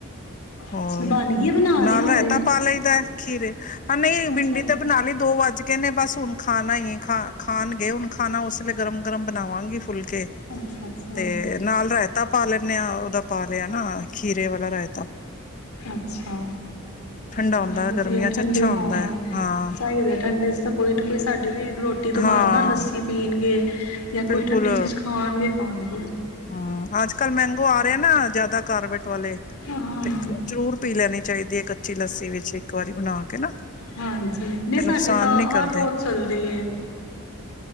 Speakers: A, on the left; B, on the left.
A: ਹੋਰ
B: ਅੱਛਾ ਬਣ ਗਈ ਬਣਾ
A: ਨਾਲ
B: ਰਹੇ ਹੋ
A: ਰੈਤਾ
B: ਹਲੇ
A: ਤਾਂ ਪਾ ਲਈਦਾ ਖੀਰੇ ਹ ਨਹੀਂ
B: ਅੱਛਾ।
A: ਬਿੰਡੀ ਤੇ ਬਨਾ ਲਈ ਦੋ ਵੱਜ ਗਏ ਨੇ ਬਸ ਹੁਣ ਖਾਣਾ ਹੀ ਖਾ ਖਾਣ ਗਏ ਹੁਣ ਖਾਣਾ ਉਸ ਗਰਮ ਗਰਮ ਬਣਾਵਾਂਗੇ ਫੁਲ ਕੇ
B: ਅੱਛਾ ਅੱਛਾ
A: ਤੇ ਨਾਲ ਰਾਇਤਾ ਪਾ ਲੈਂਦੇ ਹਾਂ ਉਹਦਾ ਪਾਾਲਿਆ ਨਾ ਖੀਰੇ ਵਾ ਰਹਿ
B: ਅੱਛਾ
A: ਠੰਡਾ
B: ਚਲੋ
A: ਹੁੰਦਾ
B: ਵਧੀਆ
A: ਗਰਮੀਆਂ
B: ਠੰਡੇ
A: ਚ ਅੱਛਾ
B: ਹਾਂ
A: ਹੁੰਦਾ ਹੈ। ਹਾਂ
B: ਚਾਹੀਦਾ ਠੰਡੇ ਤਾਂ ਕੋਈ ਨਾ ਕੋਈ ਸਾਡੇ ਵੀ ਰੋਟੀ ਤੋਂ ਬਾਅਦ
A: ਹਾਂ
B: ਨਾ ਲੱਸੀ ਪੀਣਗੇ ਜਾਂ
A: ਬਿਲਕੁਲ
B: ਕੋਈ ਠੰਡੀ ਚੀਜ਼ ਖਾਣਗੇ ਖਾਣਗੇ
A: ਹਮ ਅੱਜ ਕੱਲ ਮੈਂਗੋ ਆ ਰਿਹਾ ਨਾ ਜਿਆਦਾ ਕਾਰਬਟ ਵਾਲੇ
B: ਹਾਂ
A: ਤੇ ਜ਼ਰੂਰ ਪੀ ਲੈਣੀ ਚਾਹੀਦੀ ਹੈ ਕੱਚੀ ਲੱਸੀ ਵਿੱਚ ਇੱਕ ਵਾਰੀ ਬਣਾ ਕੇ ਨਾ
B: ਹਾਂਜੀ ਨਹੀਂ
A: ਤੇ
B: ਸਾਡੇ
A: ਨੁਕਸਾਨ
B: ਤਾਂ
A: ਨੀ ਕਰਦੇ
B: ਹਰ ਰੋਜ਼ ਚੱਲਦੇ ਹੀ